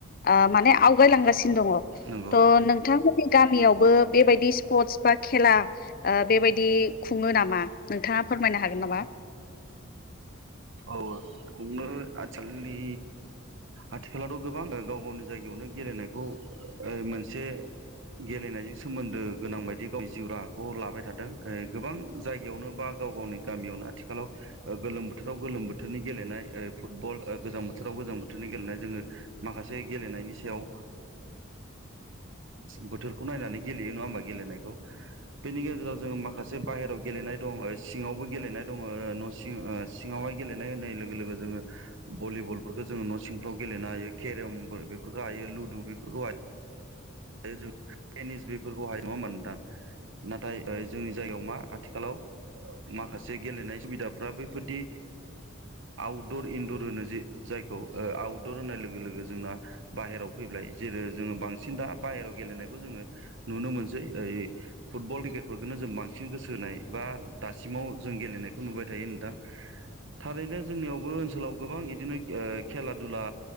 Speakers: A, on the left; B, on the right.
A: ओ-माने आवगायलांगासिनो दङ
B: नंगौ
A: थ नोंथां नि गामियावबो बेबायदि स्पर्टस बा खेला ओ-बेबायदि खुङो नामा नोंथाङा फोरमायनो हागोन नामा?
B: औ खुङो आथखालनि आथिखालावथ' गोबां गाव गावनि जायगायावनो गेलेनायखौ ओ-मोनसे गेलेनायजों सोमोन्दो गोनां बायदि गावनि जिउ राहाखौ लाबाय थादों ओ- गोबां जायगायावनो बा गाव गावनि गामियावनो आथिखालाव ओ-गोलोम बो बोथोराव गोलोम बोथोरनि गेलेनाय ओ-फुटबल ओ- गोजां बोथोराव जों गोजां बोथोरनि गेलेनाय जोङो माखासे गेलेनायनि सायाव बोथोरखौ नायनानै गेलेयो नङा होमबा गेलेनायखौ। बेनि गेजेराव जोंङो माखासे बाहेरायाव गेलेनाय दङ सिङावबो गेलेनाय दङ न' सिं सिङावहाय गेलेनाय होननाय लोगो लोगो जोङो भलिबलफोरखौ जोङो न' सिंफ्राव गेलेनो हायो केरम बेफोरखौ हायो लुदु बेफोरखौ हायो। जों टेनिस बेफोरखौ हायो नङा म नोंथां नाथाय जोंनि जायगायाव मा आथिखालाव माखासे गेलेनाय सुबिदाफ्रा बैफोरदि आउटदर इनदर होनो जे जायखौ ओ-आउटदर होनाय लोगो लोगो जोंना बाहेरायाव फैबाय जेरै जोङो बांसिन दा बाहेरायाव गेलेनायखौ जोङो नुनो मोनसै ओइ फुटबल क्रिकेटफोरखोनो जों बांसिन गोसो होनाय बा दासिमाव जों गेलेनायखौ नुबाय थायो नोंथां। थारैनो जोंनियावबो ओनसोलाव गोबां बिदिनो ओ-खेला दुला